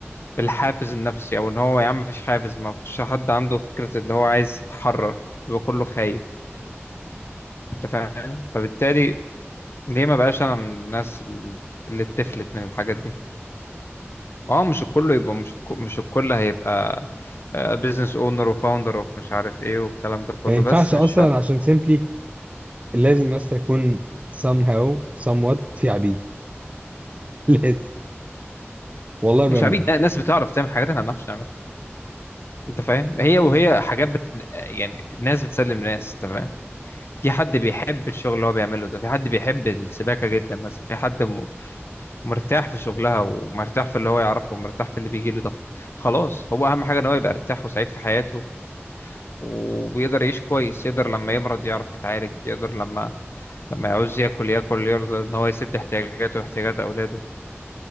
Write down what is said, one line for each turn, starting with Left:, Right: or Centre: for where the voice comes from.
Left: الحافز النفسي او ان هو يا عم مفيش حافز ما فيش حد عنده فكره اللي هو عايز يتحرر بيبقى كله خايف انت فاهم فبالتالي ليه ما بقاش انا من الناس اللي اتفلت من الحاجات دي اه مش الكل يبقى مش الك- مش الكل هيبقى بزنس اونر وفاوندر اوف مش عارف ايه والكلام ده كله
Right: ما ينفعش
Left: بس مش
Right: اصلا
Left: شرط
Right: عشان سيمبلي لازم بس يكون somehow somewhat في عبيد <laughs> لازم والله بامان
Left: مش عبيد لا ناس بتعرف تعمل حاجات احنا ما بنعرفش نعملها انت فاهم هي وهي حاجات بت... يعني ناس بتسلم ناس انت فاهم في حد بيحب الشغل اللي هو بيعمله ده في حد بيحب السباكه جدا مثلا في حد م... مرتاح في شغلها ومرتاح في اللي هو يعرفه ومرتاح في اللي بيجي له ده خلاص هو اهم حاجه ان هو يبقى مرتاح وسعيد في حياته وبيقدر يعيش كويس يقدر لما يمرض يعرف يتعالج يقدر لما لما يعوز ياكل ياكل يرضى ان هو يسد احتياجاته واحتياجات اولاده